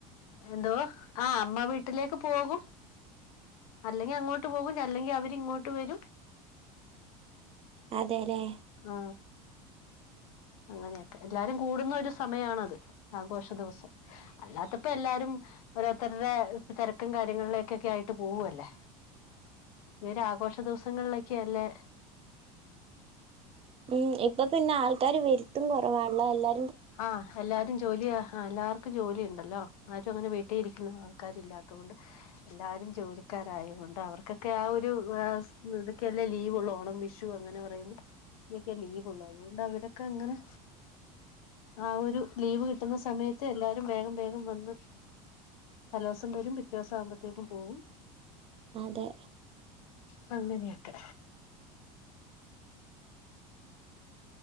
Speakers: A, on the left (about 80°); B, on the right (about 30°).
A: എന്തോ ആ അമ്മ വീട്ടിലേക്ക് പോകും അല്ലെങ്കി അങ്ങോട്ട് പോകും അല്ലെങ്കി അവരി ഇങ്ങോട്ട് വരും
B: അതെല്ലെ
A: ആ അങ്ങനെയൊക്കെ എല്ലാരും കൂടുന്ന ഒരു സമയാണത് ആഘോഷ ദിവസം അല്ലാത്തപ്പോ എല്ലാരും ഓരോരുത്തരുടെ തിരക്കും കാര്യങ്ങളിലേക്കൊക്കെ ആയിട്ട് പോവല്ലേ ഈ ഒരു ആഘോഷ ദിവസങ്ങളിലൊക്കെയ അല്ലേ
B: മ് ഇപ്പ പിന്നെ ആൾക്കാര് വരുത്തും കുറവാണല്ലോ അല്ലാ
A: ആ എല്ലാരും ജോലിയ എല്ലാവർക്കും ക്കും ജോലി ഉണ്ടല്ലോ ആരും അങ്ങനെ വീട്ടില് ഇരിക്കുന്ന ആൾക്കാര് ഇല്ലാത്തുകൊണ്ട് എല്ലാരും ജോലിക്കാരായോണ്ട് അവർക്കൊക്കെ ആ ഒരു ഇതൊക്കെല്ലേ ലീവള്ളു ഓണം വിഷു അങ്ങനെ പറയുന്ന ഇതൊക്കെയ ലീവ്ള്ളു അതുകൊണ്ട് അവരൊക്കെ അങ്ങനെ അഒരു ലീവ് കിട്ടുന്ന സമയത്ത് എല്ലാരും വേഗം വേഗം വന്ന് തലോസം വരും പിറ്റേ ദിവസം ആവുമ്പോഴത്തേക്കും പോകും
B: അതെ
A: പ്പഅങ്ങനെയൊക്കെ